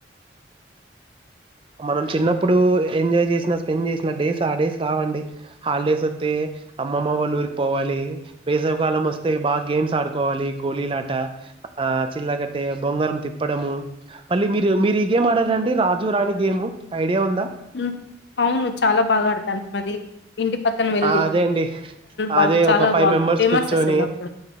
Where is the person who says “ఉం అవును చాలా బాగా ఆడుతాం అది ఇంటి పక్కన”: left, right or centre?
Left